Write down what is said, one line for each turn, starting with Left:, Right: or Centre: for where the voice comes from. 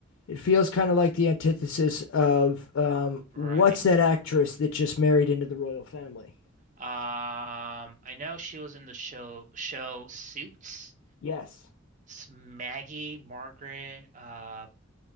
Left: It feels kind of like the antithesis of um,
Right: right.
Left: what's that actress that just married into the royal family?
Right: Um, I know she was in the show show Suits.
Left: Yes.
Right: S- Maggie, Margaret. Uh,